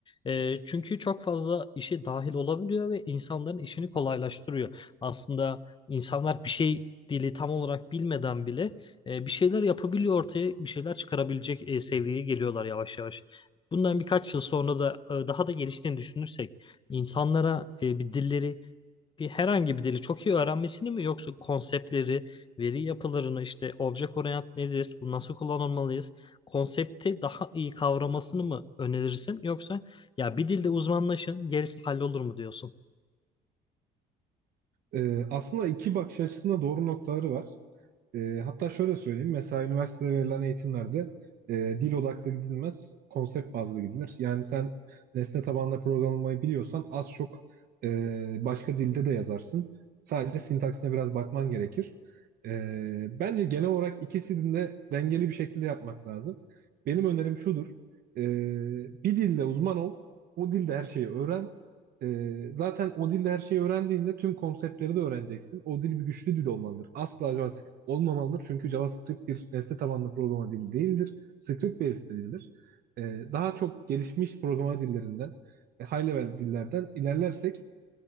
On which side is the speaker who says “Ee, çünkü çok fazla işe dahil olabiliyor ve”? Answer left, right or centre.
Left